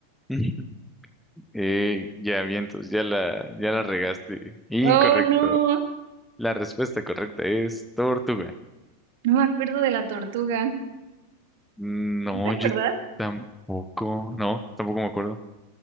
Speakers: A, in the centre; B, on the right (about 50°).
A: <laughs> Eh, ya vientos, ya la, ya la regaste. Incorrecto.
B: Oh, no,
A: La respuesta correcta es tortuga.
B: no me acuerdo de la tortuga.
A: No,
B: ¿Tú te acuerdas?
A: yo tampoco. No, tampoco me acuerdo.